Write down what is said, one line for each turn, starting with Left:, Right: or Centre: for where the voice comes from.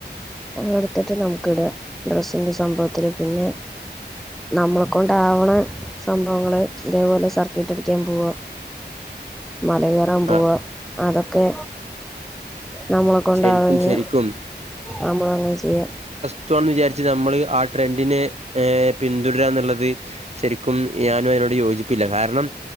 Centre: എടുത്തിട്ട് നമുക്ക് ഇട ഡ്രസ്സിന്റെ സംഭവത്തില് പിന്നെ. നമ്മളെ കൊണ്ടാവ്ണ സംഭവങ്ങള് ഇതേ പോലെ സർക്കിട്ട ക്കാൻ പോവാ മല കേറാൻ പോവാ.
Right: ആ
Centre: അതൊക്കെ. നമ്മളെ കൊണ്ടാകെങ്കി
Right: ശരിക്കും ശരിക്കും
Centre: നമ്മളങ്ങനെ ചെയ്യ.
Right: റ്റോന്ന് വിചാരിച്ച് നമ്മള് ആഹ് ട്രെൻഡിനെ ഏഹ് പിന്തുടരാന്ന്ള്ളത്. ശരിക്കും ഞാനും അയിനോട് യോജിപ്പില്ല കാര്ണം